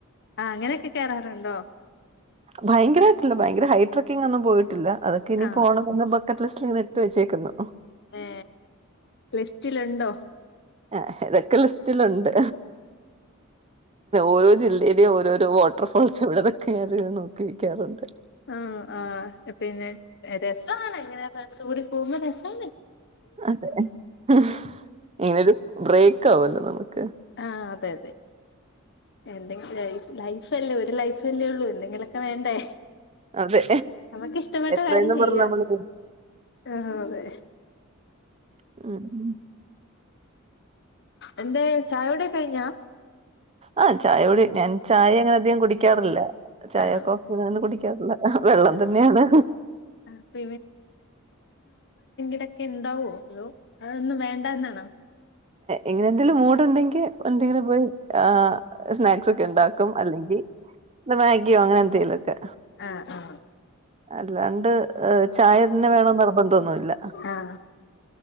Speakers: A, on the left (about 55°); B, on the right (about 30°).
A: ആ അങ്ങനെയൊക്കെ <unintelligible>
B: ഭയങ്കരായിട്ടില്ലാ ഭയങ്കര ഹൈ ട്രക്കിങ് ഒന്നും പോയിട്ടില്ല അതൊക്കെ ഇനി
A: ആഹ്
B: പോണം മുൻപ് <unintelligible> ഇങ്ങനെ ഇട്ട് വെച്ചേക്കുന്നു
A: യെ ലിസ്റ്റിലുണ്ടോ
B: ആ ഇതൊക്കെ ലിസ്റ്റിലുണ്ട് ഓരോ ജില്ലയിലെയും ഓരോരോ വാട്ടർ ഫോൾസ് ഇവിടെ <unintelligible> നോക്കി നിക്കാറുണ്ട്
A: ആ ആ പിന്നെ രെസാണ് ഇങ്ങനെ ഫ്രണ്ട്‌സ് കൂടി പോകുമ്പോ രെസാണ്
B: അതെ മ് ഇനിയെര് ബ്രേക്ക് <unintelligible> ഏ
A: ആഹ് അതെ അതെ എന്തെങ്കിലും ലൈഫ് ലൈഫല്ലേ ഒരു ലൈഫല്ലേ ഒള്ളൂ എന്തെങ്കിലോക്കെ വേണ്ടേ.
B: അതെ
A: നമുക്ക് ഇഷ്ടപ്പെട്ട
B: എത്രയെന്ന്‌
A: കാര്യം ചെയ്യാ
B: പറഞ്ഞാ നമ്മള്
A: ആഹ് അതെ
B: <unintelligible> മ്
A: എന്തെ ചായ കുടി കഴിഞ്ഞാ.
B: ആ ചായ കൂടി ഞാൻ ചായ അങ്ങനെ അധികം കൂടിക്കാറില്ല. ചായക്കോ
A: ആണോ
B: <unintelligible> കുടിക്കാറില്ല, വെള്ളം
A: ആഹ്
B: തന്നെയാണ്.
A: അപ്പൊ ട്ടെക്കെ ഉണ്ടാവോ അതോ അതൊന്നും വേണ്ടന്നാണോ?
B: ഇങ്ങനെന്തെലും മോ ട്ടുണ്ടെങ്കി എന്തെങ്കിലും പോയി ആ സ്നാക്സൊക്കെ ഇണ്ടാക്കും അല്ലെങ്കിൽ പിന്നെ മാഗി <unintelligible> അങ്ങനെ എന്തെലൊക്കെ.
A: ആ ആ
B: അല്ലാണ്ട് ഏ ചായ തന്നെ വേണോന്ന് നിർബന്ധോന്നു ന്നുല്ല,
A: ആഹ്